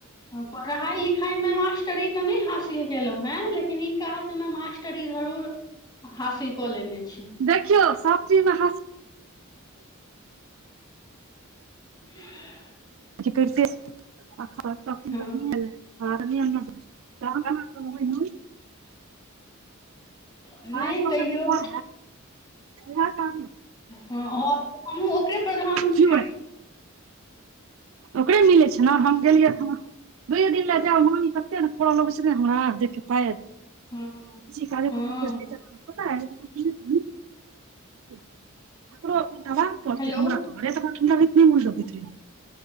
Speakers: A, on the left; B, on the right.
A: पढ़ाइ लिखाइमे मास्टरी तऽ नहि हासिल केलौ हे लेकिन ई काज मे मास्टरी जरूर हासिल कऽ लेने छी
B: देखियौ सब चीजमे हासिल
A: <inaudible>
B: अच्छा कैरते आ ख क
A: हँ
B: लै ख <unintelligible>
A: नहि
B: हाथ क
A: तैयो
B: कऽ जे कोन हे तऽ
A: हँ हमहूँ ओकरे प्रधान बुझै
B: ती <inaudible> ओकरे मिलै छै न हम गेलियै दुइए दिन ले जायब मम्मी तते ने कह लगै छै ने हमरा देख के पा
A: हँ
B: काल
A: हँ
B: को फोज <unintelligible> <inaudible> दबाब पड़तै
A: हेलो
B: हमरा घरेसे मोननै लगैत रहियै